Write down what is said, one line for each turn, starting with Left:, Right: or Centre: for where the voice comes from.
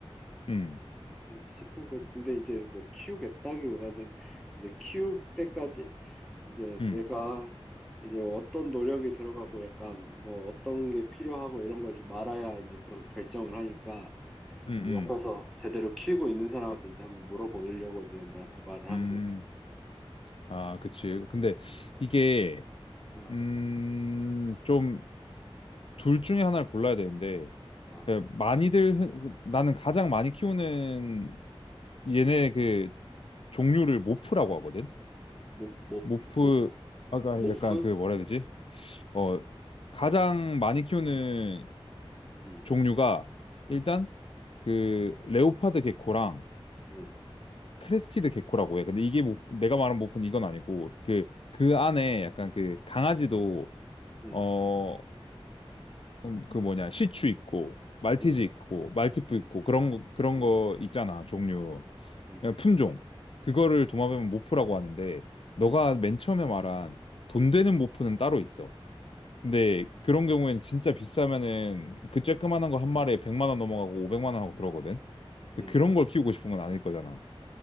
Left: 음.
Centre: 음, 싶은 거 근데 이제 뭐 키우겠다기보다는 이제 키울 때까지 이제
Left: 음.
Centre: 내가 이제 어떤 노력이 들어가고 약간 뭐 어떤 게 필요하고 이런 걸 좀 알아야 이제 그런 결정을 하니까
Left: 음.
Centre: 이제 옆에서
Left: 음.
Centre: 제대로 키우고 있는 사람한테 이제 한번 물어보려고 이제 너한테 말을
Left: 음,
Centre: 하는 거지.
Left: 아, 그치. 근데 이게,
Centre: 어,
Left: 음, 좀, 둘 중에 하나를 골라야 되는데,
Centre: 아,
Left: 그 많이들, 흔- 그 나는 가장 많이 키우는 얘네 그 종류를 모프라고 하거든?
Centre: 모, 모,
Left: 모프,
Centre: 모,
Left: 아까
Centre: 모프?
Left: 약간 그 뭐라 해야 되지? 어, 가장 많이 키우는
Centre: 응,
Left: 종류가
Centre: 응,
Left: 일단 그 레오파드 개코랑
Centre: 응,
Left: 크레스티드 개코라고 해. 근데 이게 모, 내가 말한 모프는 이건 아니고, 그, 그 안에 약간 그 강아지도
Centre: 응,
Left: 어, 음, 그 뭐냐 시추 있고 말티즈
Centre: 응,
Left: 있고 말티푸
Centre: 응,
Left: 있고 그런 거, 그런
Centre: 응,
Left: 거 있잖아 종류
Centre: 응,
Left: 그냥 품종 그거를 도마뱀은 모프라고 하는데 너가 맨 처음에 말한 돈 되는 모프는 따로 있어. 근데 그런 경우에는 진짜 비싸면은 그 쬐끄만한 거 한 마리에 100만 원 넘어가고 500만 원 하고 그러거든. 근데
Centre: 응.
Left: 그런 걸 키우고 싶은 건 아닐 거잖아.